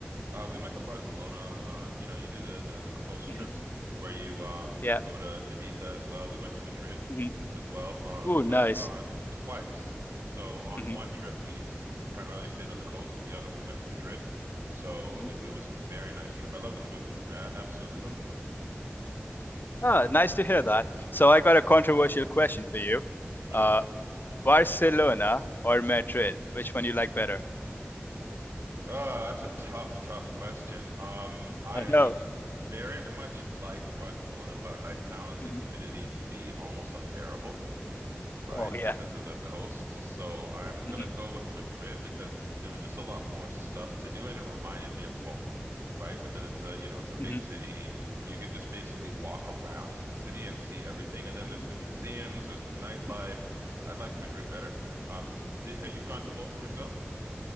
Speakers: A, on the right; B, on the left.
A: Uh, we went to Barcelona. Um, you know, you do the, the the coast
B: hmm
A: trips where you um
B: Yeah.
A: go to Ibiza as well. We went to Madrid
B: hmm
A: as well. Um,
B: Ooh, nice.
A: I've gone twice. So on
B: hmm
A: one trip we s primarily stayed on the coast, and the other we went to Madrid. So
B: hmm
A: it, it was a very nice trip. I love the food. I absolutely
B: hmm
A: love the food.
B: Ah, nice to hear that. So I got a controversial question for you.
A: hmm
B: Uh, Barcelona or Madrid? Which one you like better?
A: Uh, that's a tough, tough question. Um, I
B: I know.
A: very much liked Barcelona, but I found
B: hmm
A: the humidity to be almost unbearable. right?
B: Oh yeah.
A: Because of the coast. So I'm gonna
B: Mm-hmm.
A: go with Madrid because there was just a lot more stuff to do and it reminded me of home, right? Because it's a, you know, it's a big
B: hmm
A: city. You could just basically walk around the city and see everything. And then
B: hmm
A: there's the museums, there's the nightlife.
B: hmm
A: I liked Madrid better. Um, did, have you gone to both yourself?